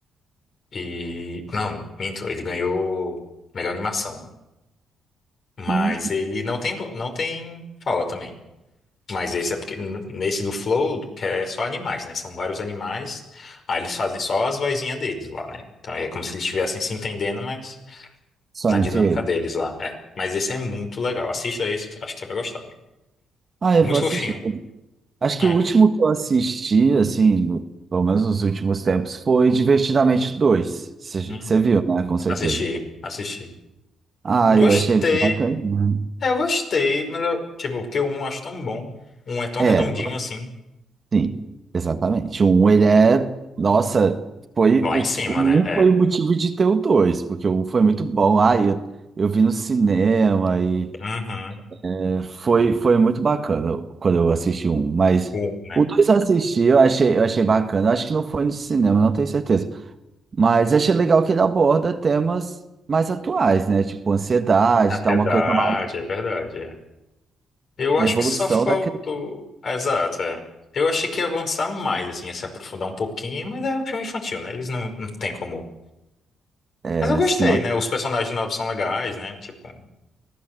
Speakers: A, on the left (about 50°); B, on the right (about 35°).
A: E, não, minto, ele ganhou melhor animação. Mas
B: Hum,
A: ele não tem, vo- não tem fala também. Mas esse é porque, n- nesse do Flow, que é só animais, né? São vários animais, aí eles fazem só as vozinhas deles lá, né? Então é como se eles estivessem se entendendo, mas.
B: Só
A: na
B: entre
A: dinâmica
B: ele.
A: deles lá. É. Mas esse é muito legal. Assista esse, que acho que você vai gostar. amigo.
B: Ah, eu
A: Muito
B: vou
A: Vou
B: assistir.
A: fofinho.
B: Acho
A: É.
B: que o último que eu assisti, assim, no- pelo menos nos últimos tempos, foi Divertidamente dois. Você
A: Hum.
B: viu, né? Com certeza.
A: Assisti, assisti.
B: Ah,
A: Gostei.
B: eu achei bem bacana. né?
A: É, eu gostei, mas eu, tipo, porque o um eu acho tão bom. Um é tão
B: É,
A: redondinho assim.
B: Sim, exatamente. O um, ele é. Nossa, foi
A: Lá
B: o,
A: em cima,
B: que- o
A: né? É.
B: um foi o motivo de ter o dois, porque o um foi muito bom. Ah, eu, eu vi no cinema e
A: Uhum.
B: é, foi, foi muito bacana quando eu assisti o um. Mas
A: Um, né?
B: o dois eu assisti, eu achei, eu achei bacana. Acho que não foi no cinema, não tenho certeza. Mas achei legal que ele aborda temas mais atuais, né? Tipo ansiedade,
A: É verdade,
B: tá? Uma coisa mais
A: é verdade. é. Eu acho
B: na evolução
A: que só faltou.
B: da
A: Exato, é. Eu achei que ia avançar mais, assim, ia se aprofundar um pouquinho, mas é um filme infantil, né? Eles não, não têm como.
B: criança.
A: Mas eu gostei, né? Os personagens novos são legais, né? Tipo.